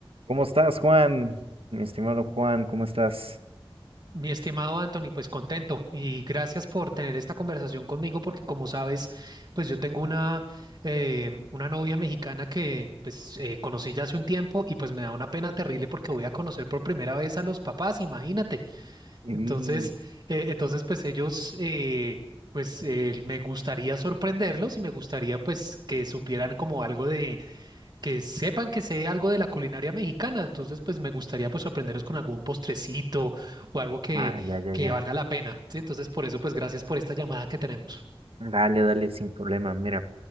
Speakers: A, on the right; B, on the right.
A: ¿Cómo estás, Juan? Mi estimado Juan, ¿cómo estás?
B: Mi estimado Anthony, pues contento y gracias por tener esta conversación conmigo porque como sabes, pues yo tengo una, eh, una novia mexicana que pues eh, conocí ya hace un tiempo y pues me da una pena terrible porque voy a conocer por primera vez a los papás, imagínate.
A: Y...
B: Entonces, eh, entonces pues ellos, eh, pues eh, me gustaría sorprenderlos y me gustaría pues que supieran como algo de que sepan que sé algo de la culinaria mexicana, entonces pues me gustaría pues sorprenderos con algún postrecito o algo que,
A: Ah, ya, ya,
B: que
A: ya.
B: valga la pena, ¿sí? Entonces por eso pues gracias por esta llamada que tenemos.
A: Dale, dale, sin problema. Mira,